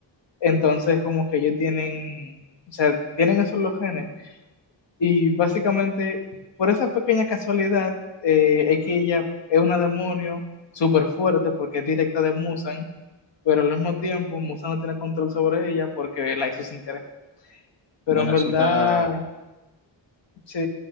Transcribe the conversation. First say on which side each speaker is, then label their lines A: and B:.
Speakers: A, on the left; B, on the left.
A: Entonces, como que ellos tienen, o sea, tienen esos los genes y básicamente, por esa pequeña casualidad, eh, es que ella es una demonio súper fuerte porque es directa de Musan, pero al mismo tiempo Musan no tiene control sobre ella porque la hizo sin querer. Pero
B: Bueno,
A: en verdad,
B: eso está
A: sí,